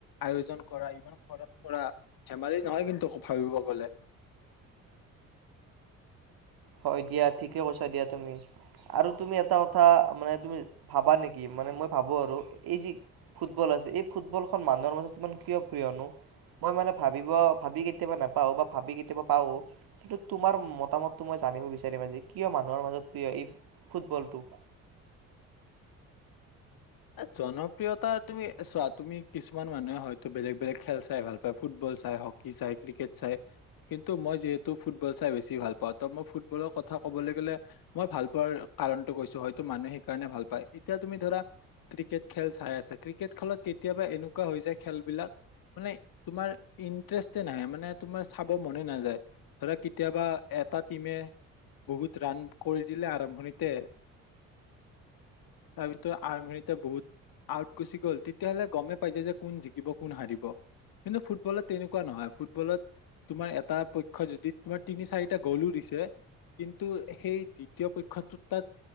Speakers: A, on the left (about 60°); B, on the right (about 60°).
A: আয়োজন কৰা ইমান খৰচ কৰা ধেমালি নহয় কিন্তু ভাবিব গলে
B: হয় দিয়া ঠিকে কৈছা দিয়া তুমি আৰু তুমি এটা কথা মানে তুমি ভাবা নেকি কি মানে মই ভাবো আৰু এই যি ফুটবল আছে এই ফুটবলখন মানুহৰ মাজত ইমান কিয় প্ৰিয়নো মই মানে ভাবিব ভাবি কেতিয়াবা নাপাওঁ বা ভাবি কেতিয়াবা পাও কিন্তু তোমাৰ মতামত মই জানিব বিচাৰিম আজি কিয় মানুহৰ মাজত প্ৰিয় এই ফুটবলটো
A: জনপ্ৰিয়তা তুমি চোৱা তুমি কিছুমান মানুহে হয়তো বেলেগ বেলেগ খেল চাই ভাল পায় ফুটবল চাই হকী চাই ক্ৰিকেট চাই কিন্তু মই যিহেতু ফুটবল চাই বেছি ভাল পাওঁ ত মই ফুটবলৰ কথা কবলৈ গ'লে মই ভাল পোৱাৰ কাৰণটো কৈছো হয়তো মানুহে সেইকাৰণে ভাল পায় এতিয়া তুমি ধৰা ক্ৰিকেট খেল চাই আছা ক্ৰিকেট খেলত কেতিয়াবা এনেকুৱা হৈ যায় খেলবিলাক মানে তোমাৰ ইন্টাৰেষ্টে নাহে মানে তোমাৰ চাব মনে নাযায় ধৰা কেতিয়াবা এটা টিমে বহুত ৰাণ কৰি দিলে আৰম্ভণিতে তাৰ ভিতৰত আৰম্ভনিতে বহুত আউট গুচি গল তেতিয়াহলে গমেই পাইছে যে কোন জিকিব কোন হাৰিব কিন্তু ফুটবলত তেনেকুৱা নহয় ফুটবলত তোমাৰ এটা পক্ষ যদি তোমাৰ তিনি চাৰিটা গ'লো দিছে কিন্তু সেই দ্বিতীয় পক্ষটোত তাত